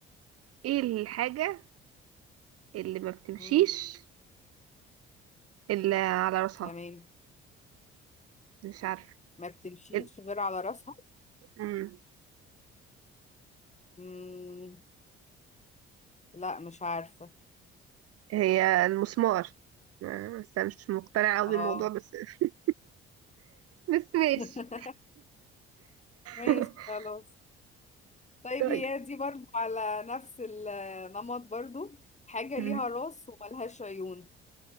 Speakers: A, on the right; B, on the left.
A: ايه الحاجة اللي ما بتمشيش
B: مم.
A: الا على راسها
B: تمام
A: مش عارفة
B: ما بتمشيش
A: ال-
B: غير على راسها
A: مم.
B: مم. لا مش عارفة
A: هي المسمار آه، بس انا مش مقتنعة اوي
B: اه
A: بالموضوع بس <laughs> بس ماشي
B: <laughs> ماشي
A: <laughs>
B: خلاص طيب
A: طيب
B: هي دي برضو على نفس النمط برضو حاجة
A: مم.
B: ليها راس وملهاش عيون